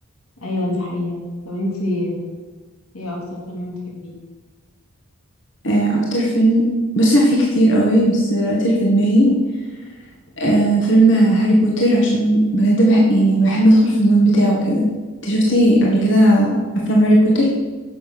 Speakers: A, on the left; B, on the left.
A: ايوه دي حقيقة طب انتي ايه اكتر فيلم بتحبيه
B: آه اكتر فيلم بصي هو في كتير قوي بس دلوقتي اللي في دماغي آه فيلم هاري بوتر عشان بجد بح يعني بحب ادخل في المود بتاعه كده انت شفتي قبل كده افلام هاري بوتر